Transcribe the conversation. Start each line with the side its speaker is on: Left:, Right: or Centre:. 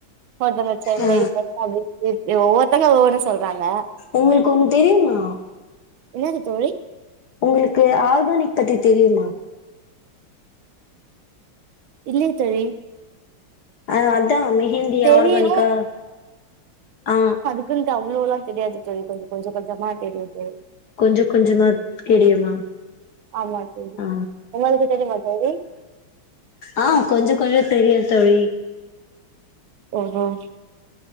Right: ஒருத்தங்க சென்னை
Left: ஆ
Right: மெரினா பீச்சு ஏ ஒவ்வொருத்தங்க ஒவ்வொன்னு சொல்றாங்க
Left: ஒங்களுக்கு ஒன்னு தெரியுமா
Right: என்னது தோழி
Left: உங்களுக்கு ஆர்கானிக் பத்தி தெரியுமா
Right: இல்லயே தோழி
Left: ஆ அதா மெஹிந்தி
Right: தெரியு
Left: ஆர்கானிக்கா ஆ
Right: துக்குண்ட்டு அவ்ளோளா தெரியாது தோழி கொஞ்ச கொஞ்ச கொஞ்சந்தா தெரியு தோழி
Left: கொஞ்ச கொஞ்சந்தா தெரியுமா
Right: ஆமா தோழி
Left: ஆ
Right: எல்லாருக்கு தெரியுமா தோழி
Left: ஆ கொஞ்ச கொஞ்ச தெரியு தோழி
Right: ம் ம்